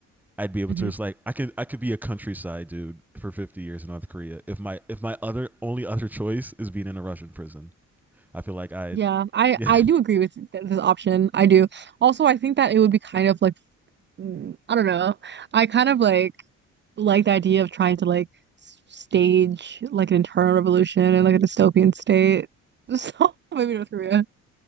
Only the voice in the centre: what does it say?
I'd be able
to just like I could I could be a countryside dude for 50 years in North Korea. If my if my other only other choice is being in a Russian prison, I feel like I.
<laughs>
Yeah,